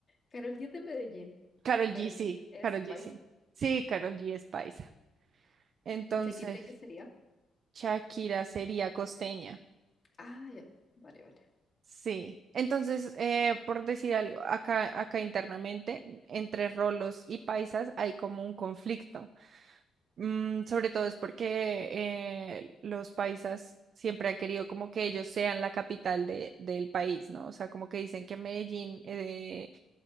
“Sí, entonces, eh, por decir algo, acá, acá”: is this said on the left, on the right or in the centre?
Right